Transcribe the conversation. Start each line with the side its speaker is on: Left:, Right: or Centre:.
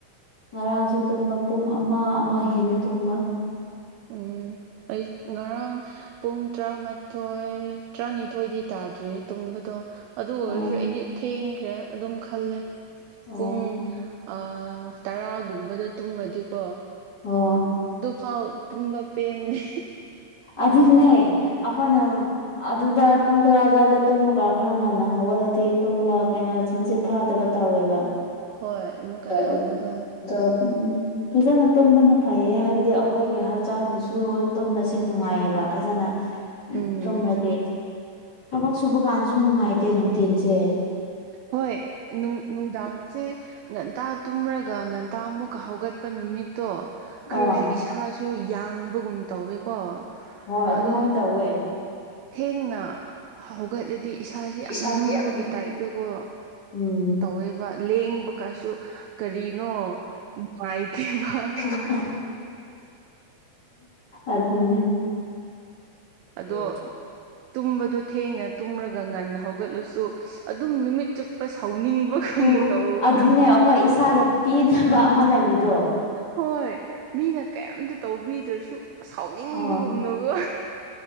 Left: ꯉꯔꯥꯡꯁꯨ ꯇꯨꯝꯕ ꯄꯨꯡ ꯑꯃ ꯑꯃ ꯍꯦꯜꯂꯦ ꯇꯨꯝꯕ
Right: ꯎꯝ ꯑꯩ ꯉꯔꯥꯡ ꯄꯨꯡ ꯇꯔꯥꯃꯥꯊꯣꯏ ꯇꯔꯥꯅꯤꯊꯣꯏꯗꯤ ꯇꯥꯔꯦ ꯑꯗꯨ꯭ꯔꯦ ꯇꯨꯝꯝꯕꯗꯨꯣ ꯑꯗꯨ ꯑꯣꯏꯔꯁꯨ
Left: ꯑꯣ
Right: ꯑꯩꯗꯤ ꯊꯦꯡꯈ꯭ꯔꯦ ꯑꯗꯨꯝ ꯈꯜꯂꯦ
Left: ꯑꯣ
Right: ꯄꯨꯡ ꯑ ꯇꯔꯥꯒꯨꯝꯕꯗ ꯇꯨꯝꯂꯗꯤꯀꯣ
Left: ꯑꯣ
Right: ꯐꯥꯎ ꯇꯨꯝꯕ ꯄꯦꯟꯗꯦ
Left: ꯑꯗꯨꯅꯦ ꯑꯩꯈꯣꯏꯅ ꯑꯗꯨꯗ ꯄꯨꯡ ꯇꯔꯥ ꯑꯗꯨ꯭ꯋꯥꯏꯗ ꯇꯨꯝꯃꯒ ꯈꯔ ꯉꯟꯅ ꯍꯧꯍꯜꯂꯗꯤ ꯇꯨꯝꯕ ꯀꯩꯅꯣ ꯁꯨꯝꯁꯦ ꯐꯥꯗꯕ ꯇꯧꯋꯦꯕ
Right: ꯍꯣꯏ ꯑꯃꯨꯛꯀ
Left: ꯗ
Right: ꯇꯧꯕꯗꯣ
Left: <unintelligible> ꯎꯝ ꯐꯖꯅ ꯇꯨꯝꯕꯅ ꯐꯩꯌꯦ ꯍꯥꯏꯕꯗꯤ ꯑꯩꯈꯣꯏꯒꯤ ꯍꯛꯆꯥꯡꯁꯤꯁꯨ ꯁꯦ ꯅꯨꯡꯉꯥꯏꯌꯦꯕ ꯐꯖꯅ
Right: ꯎꯝ
Left: ꯎ ꯇꯨꯝꯔꯗꯤ ꯊꯕꯛ ꯁꯨꯕ ꯀꯥꯟꯁꯨ ꯅꯨꯡꯉꯥꯏꯇꯦ ꯅꯨꯡꯊꯤꯟꯜꯁꯦ
Right: ꯍꯣꯏꯅꯨꯡ ꯅꯨꯡꯗꯥꯁꯦ ꯉꯟꯇꯥ ꯇꯨꯝꯔꯒ ꯉꯟꯇꯥꯃꯨꯛꯀ ꯍꯧꯒꯠꯄ ꯅꯨꯃꯤꯠꯇꯣ ꯈꯔꯁꯨ
Left: ꯑꯥ
Right: ꯏꯁꯥ ꯁꯨ ꯌꯥꯡꯕꯒꯨꯝ ꯇꯧꯋꯦꯀꯣ
Left: ꯍꯣꯏ ꯑꯗꯨꯃꯥꯏꯅ
Right: ꯑꯗꯣ
Left: ꯇꯧꯋꯦ
Right: ꯊꯦꯡꯅ ꯍꯧꯒꯠꯂꯗꯤ ꯏꯁꯁꯤ ꯌꯥꯝ
Left: ꯏꯁꯥꯗꯤ
Right: ꯂꯨꯝꯕꯒꯤ
Left: ꯌꯥꯝ
Right: ꯇꯥꯏꯞꯇꯀꯣ
Left: ꯎꯝ
Right: ꯇꯧꯋꯦꯕ ꯂꯦꯡꯕ ꯀꯁꯨ ꯀꯔꯤꯅꯣ ꯅꯨꯡꯉꯥꯏꯇꯦꯕ
Left: ꯑꯗꯨ ꯑꯗꯨꯅꯦ
Right: ꯑꯗꯣ
Left: ꯍꯣꯏ
Right: ꯇꯨꯝꯕꯗ ꯊꯦꯡꯅ ꯇꯨꯝꯔꯒ ꯉꯟꯅ ꯍꯧꯒꯠꯂꯁꯨ ꯑꯗꯨꯝ ꯅꯨꯃꯤꯠ ꯆꯨꯞꯄ ꯁꯥꯎꯅꯤꯡꯕ ꯉꯝꯅ
Left: ꯏꯪꯕ
Right: ꯇꯧꯋ
Left: ꯑꯗꯨꯅꯦ ꯑꯩꯈꯣꯏ ꯏꯁꯥꯗ ꯄꯦꯕ ꯑꯃ ꯗꯣ
Right: ꯍꯣꯏ ꯃꯤꯅ ꯀꯌꯥꯝꯝꯇ ꯇꯧꯕꯤꯗ꯭ꯔꯁꯨ ꯁꯥꯎꯅꯤꯡꯕꯒꯨꯝꯅꯕꯣ
Left: ꯑꯣ